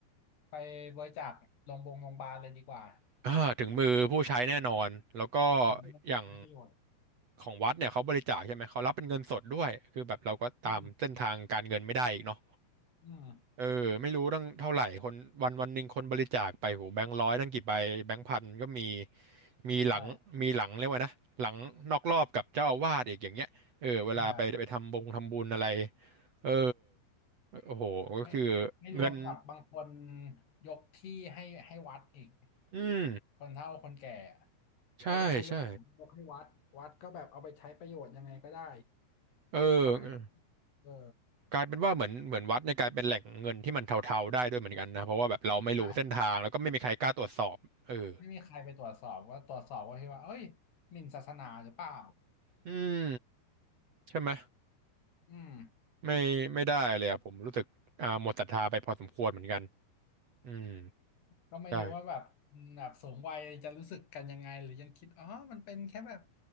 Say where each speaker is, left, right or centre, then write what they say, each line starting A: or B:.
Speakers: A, on the left (about 65°); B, on the right (about 45°).
A: ไปบริจาคโรงพยาบาลโรงพยาบาลเลยดีกว่า
B: <coughs> อ่าถึงมือผู้ใช้แน่นอนแล้วก็
A: อืมถึงถึงประโยชน์
B: อย่างของวัดเนี่ยเขาบริจาคใช่ไหมเขารับเป็นเงินสดด้วยคือแบบเราก็ตามเส้นทางการเงินไม่ได้อีกเนาะ
A: อืมอืม
B: เออไม่รู้ตั้งเท่าไหร่คนวันวันหนึ่งคนบริจาคไปโหแบงค์ร้อยตั้งกี่ใบแบงค์พันก็มีมีหลังมีหลังเรียกว่านะหลังนอกรอบกับเจ้าอาวาสอีกอย่างเงี้ยเออเวลาไปไปทำบงทำบุญอะไร
A: ใช่อ่า
B: เออโอ้โหก็คือ
A: ไม่ไม่รวมกับบางคน
B: เงิน
A: ยกที่ให้ให้วัดอีก
B: อืม
A: คนเฒ่าคนแก่อะ
B: ใช่ใช่
A: ไม่ได้ให้ลูกหลานยกให้วัดวัดก็แบบเอาไปใช้ประโยชน์ยังไงก็ได้
B: เออ
A: ขายเออ
B: กลายเป็นว่าเหมือนเหมือนวัดในยกลายเป็นแหล่งเงินที่มันเทาๆได้ด้วยเหมือนกันนะเพราะว่าแบบเราไม่รู้เส้นทางแล้วก็ไม่มีใครกล้าตรวจสอบเออ
A: ใช่ไม่มีใครไปตรวจสอบว่าตรวจสอบว่าที่ว่าเอ้ยหมิ่นศาสนาหรือเปล่า
B: อืมใช่ไหม
A: อืม
B: ไม่ไม่ได้เลยอะผมรู้สึกอ่าหมดศรัทธาไปพอสมควรเหมือนกันอืม
A: ก็ไม่รู้ว่าแบบมแบบสูงวัยจะรู้สึกกันยังไงหรือยังคิดอ๋อมันเป็นแค่แบบ
B: ใช่